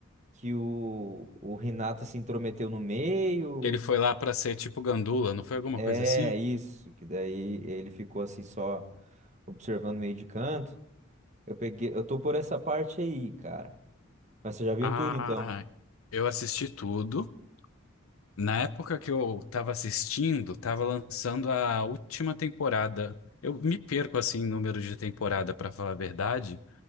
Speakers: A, on the right; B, on the left.
A: que o, o Hinata se intrometeu no meio.
B: Que ele foi lá pra ser tipo gandula, não foi alguma
A: É
B: coisa assim?
A: isso, que daí ele ficou assim só observando meio de canto. Eu peguei, eu tô por essa parte aí, cara. Mas você já viu
B: Ah,
A: tudo então?
B: eu assisti tudo. Na época que eu tava assistindo, tava lançando a última temporada. Eu me perco assim em número de temporada, pra falar a verdade,